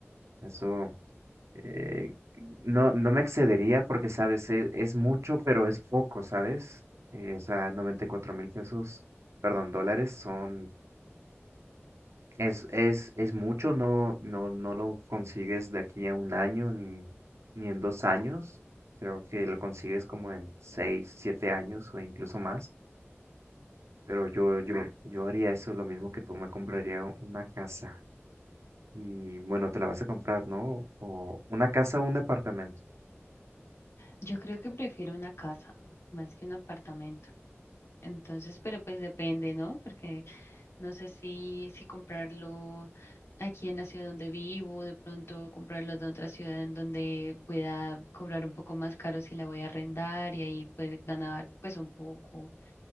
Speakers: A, on the right (about 80°); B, on the left (about 65°).
A: Eso eh, no, no me excedería porque, sabes, es, es mucho, pero es poco, ¿sabes? Eh, o sea, 94 mil pesos, perdón, dólares son es, es, es mucho, no, no, no lo consigues de aquí a un año ni, ni en dos años. Creo que lo consigues como en seis, siete años o incluso más. Pero yo, yo, yo haría eso, lo mismo que tú me compraría una casa. Y bueno, te la vas a comprar, ¿no? O una casa o un departamento.
B: Yo creo que prefiero una casa más que un apartamento. Entonces, pero pues depende, ¿no? Porque No sé si, si comprarlo aquí en la ciudad donde vivo, de pronto comprarlo de otra ciudad en donde pueda cobrar un poco más caro si la voy a arrendar y ahí poder ganar pues un poco.